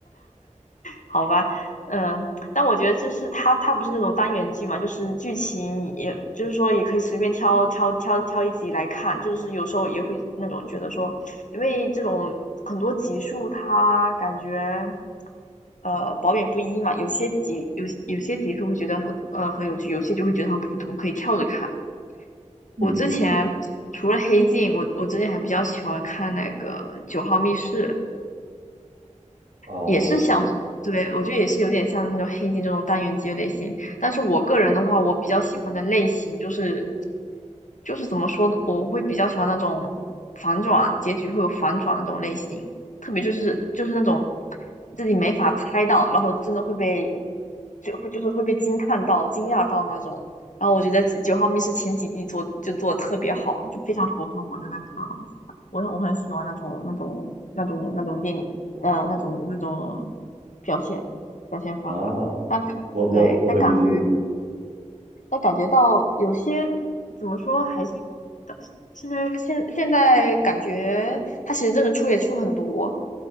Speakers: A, on the left; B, on the right.
A: 好吧，嗯，但我觉得就是它，它不是那种单元剧嘛，就是剧情也，就是说也可以随便挑挑挑挑一集来看，就是有时候也会那种觉得说，因为这种很多集数它感觉呃褒贬不一嘛，有些集有有些集数会觉得很呃很有趣，有些就会觉得很普通，可以跳着看。
B: 嗯
A: 我之前除了《黑镜》，我我之前还比较喜欢看那个《九号密室》。
B: 啊、
A: 也是想，对，我觉得也是有点像那种黑镜这种单元剧的类型。但是我个人的话，我比较喜欢的类型就是就是怎么说呢，我会比较喜欢那种反转，结局会有反转那种类型，特别就是就是那种自己没法猜到，然后真的会被就会就是会被惊叹到、惊讶到那种。然后我觉得《九号密室》前几季做就做的特别好，就非常符合我的那个，我我很喜欢那种那种那种那种电影。呃那种那种表现表现方法。
B: 啊，
A: 但
B: 我我我很理解你，
A: 对，但感觉但感觉到有些怎么说，还是现在现现在感觉他其实真的出也出很多，